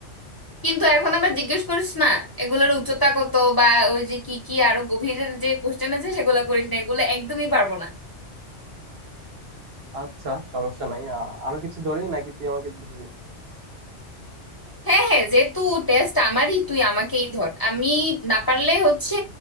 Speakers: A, on the left (about 20°); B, on the right (about 60°).
A: কিন্তু এখন আমরা জিজ্ঞেস করিস না এগুলোর উচ্চতা কত বা ওই যে কি কি আরো গভীরের যে কোয়েশ্চেন আছে সেগুলো করিস না এগুলো একদমই পারবো না
B: আচ্ছা সমস্যা নাই আহ, আরো কিছু ধরি নাকি তুই আমাকে ধরবি
A: হ্যাঁ হ্যাঁ যেহেতু টেস্ট আমারই তুই আমাকেই ধর আমি না পারলে হচ্ছে